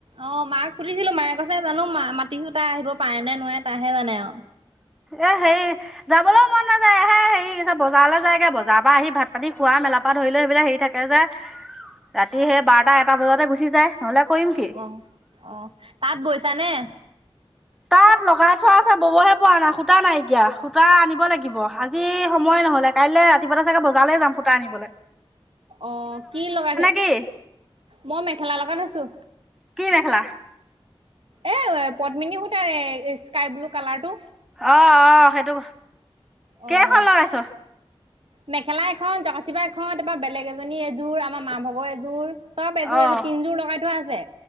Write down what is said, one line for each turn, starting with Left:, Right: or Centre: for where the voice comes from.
Right: অ মাক সুধিছিলো মায়ে কইছে। জানো মা মাটি সোতা আহিব পাৰে নে নোৱাৰে তাহে জানে আৰু
Centre: এ হেৰি যাবলৈও মন নাযায় এ হে হেৰি কিছে বজাৰলৈ যায়গৈ বজাৰৰ পৰা আহি ভাত পানী খোৱা মেলাৰ পৰা ধৰি লও সেইবিলাই হেৰি থাকে যে ৰাতি সেই বাৰটা এটা বজাতে গুচি যায় নহ'লে কৰিম কি
Right: আহ আহ তাত বৈছা নে?
Centre: তাত লগাই থোৱা আছে ববহে পোৱা নাই সূতা নাইকিয়া সূতা আনিব লাগিব আজি সময় নহলে? কাইলৈ ৰাতিপুৱা চাগৈ বজালেই যাম সূটা আনলৈ।
Right: অ কি লগাই থ
Centre: কি
Right: মই মেখেলা লগাই থৈছো।
Centre: কি মেখেলা?
Right: এ পদ্মিনী সুতাৰ স্কাই ব্লু কালাৰটো।
Centre: অ অ সেইটো কেইখন
Right: অ'
Centre: লগাইছ।
Right: মেখেলা এখন, জকাচিপা এখন তাৰপা বেলেগ এজনী এযোৰ, আমাৰ মা ভাগৰ এযোৰ। চব এযোৰ
Centre: অহ
Right: এযোৰ তিনযোৰ লগাই থোৱা আছে।